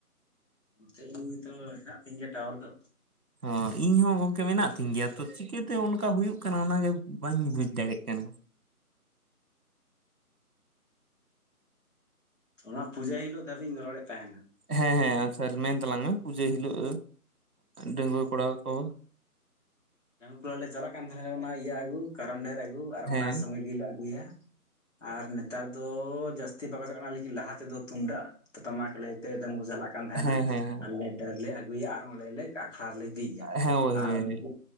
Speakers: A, on the left; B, on the right.
A: ᱱᱚᱛᱮ ᱤᱧ ᱱᱤᱛᱚ ᱦᱮᱱᱟᱜ ᱛᱤᱧ ᱜᱮᱭᱟ ᱴᱟᱣᱟᱨ ᱫᱚ
B: ᱦᱚᱸ ᱤᱧ ᱦᱚᱸ ᱜᱚᱝᱠᱮ ᱢᱮᱱᱟᱜ ᱛᱤᱧ ᱜᱮᱭᱟ ᱛᱚ ᱪᱤᱠᱟᱹᱛᱮ ᱚᱱᱠᱟ ᱠᱟ ᱦᱩᱭᱩᱜ ᱠᱟᱱᱟ ᱚᱱᱟᱜᱮ ᱵᱟᱹᱧ ᱵᱩᱡᱽ ᱫᱟᱲᱮᱭᱟᱜ ᱠᱟᱱᱟ
A: ᱚᱱᱟ ᱯᱩᱡᱟᱹ ᱦᱤᱞᱳᱜ ᱫᱷᱟᱹᱵᱤᱡ ᱤᱧ ᱨᱚᱲᱮᱫ ᱛᱟᱦᱮᱱᱟ
B: ᱦᱮᱸ ᱦᱮᱸ ᱟᱪᱪᱷᱟ ᱢᱮᱱ ᱛᱟᱞᱟᱝ ᱢᱮ ᱯᱩᱡᱟᱹ ᱦᱤᱞᱳᱜ ᱰᱟᱺᱜᱩᱭᱟᱹ ᱠᱚᱲᱟ ᱠᱚ
A: ᱰᱟᱹᱝᱜᱩᱭᱟᱹ ᱠᱚᱲᱟ ᱞᱮ ᱪᱟᱞᱟᱜ ᱠᱟᱱ ᱛᱟᱦᱮᱱᱟ ᱚᱱᱟ ᱤᱭᱟᱹ ᱟᱹᱜᱩ ᱠᱟᱨᱟᱢ ᱰᱷᱟᱹᱨ ᱟᱹᱜᱩ ᱟᱨ
B: ᱦᱮᱸ
A: ᱚᱱᱟ ᱥᱚᱸᱜᱮ ᱜᱮᱞᱮ ᱟᱹᱜᱩᱭᱟ ᱟᱨ ᱱᱮᱛᱟᱨ ᱫᱚ ᱡᱟᱹᱥᱛᱤ ᱵᱟᱠᱚᱪᱟᱜ ᱠᱟᱱᱟ ᱞᱮᱠᱤᱱ ᱞᱟᱦᱟ ᱛᱮᱫᱚ ᱛᱩᱢᱫᱟᱜ ᱴᱟᱢᱟᱠ ᱞᱟᱹᱭ ᱛᱮ ᱪᱟᱞᱟᱜ ᱠᱟᱱ ᱛᱟᱦᱮᱱᱟ
B: ᱦᱮᱸ ᱦᱮᱸ
A: ᱟᱞᱮ ᱰᱟᱹᱨ ᱞᱮ ᱟᱹᱜᱩᱭᱟ ᱟᱨ ᱚᱸᱰᱮᱞᱮ ᱠᱟᱜ ᱦᱟᱨ ᱞᱮ ᱵᱤᱡᱟ
B: ᱦᱮᱸ ᱦᱳᱭ ᱦᱳᱭ
A: ᱟᱨ ᱩᱱᱠᱩ